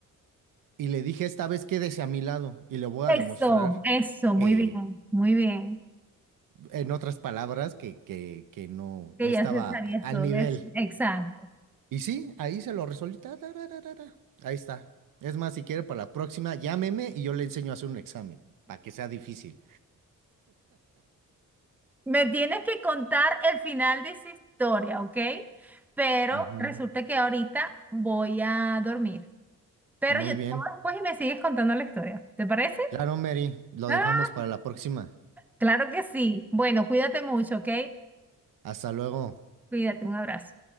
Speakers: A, on the right; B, in the centre.
A: y le dije, esta vez quédese a mi lado y le voy
B: Eso,
A: a demostrar
B: eso, muy
A: que,
B: bien, muy bien.
A: en otras palabras, que, que, que no,
B: Que
A: no estaba
B: ya se sabía
A: al
B: todo
A: nivel.
B: eso. Exacto.
A: Y sí, ahí se lo resolví. ta, ta, ra, ra, ra, ra. Ahí está. Es más, si quiere para la próxima, llámeme y yo le enseño a hacer un examen, para que sea difícil.
B: Me tienes que contar el final de esa historia, ¿ok? Pero
A: Ujú.
B: resulta que ahorita voy a dormir. Pero
A: Muy
B: yo te
A: bien.
B: llamo después y me sigues contando la historia. ¿Te parece?
A: Claro, Mary, lo
B: Ah,
A: dejamos para la próxima.
B: claro que sí. Bueno, cuídate mucho, ¿ok?
A: Hasta luego.
B: Cuídate, un abrazo.